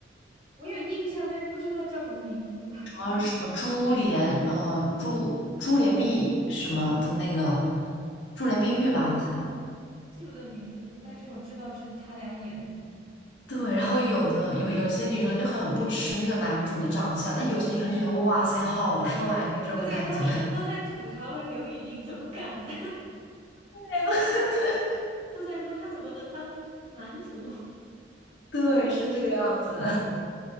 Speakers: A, on the right; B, on the left.
A: 我有印象，但是不知道叫什么名字了，
B: 什么什么珠帘，呃，珠珠帘碧什么的那个
A: <laughs>
B: 珠帘碧玉吧，
A: 嗯
B: 好像。
A: 记不得名字，但是我知道是他俩演的。
B: 对，然后有的有有些女生就很不吃那个男主的长相，但有些女生就觉得哇塞，好帅，就是这种感觉。
A: 对，当时都在吐槽刘宇宁怎么敢的，
B: <laughs>
A: <laughs> 都在说他怎么能当男主。<laughs>
B: 对，
A: 天啊，
B: 对是这个样子。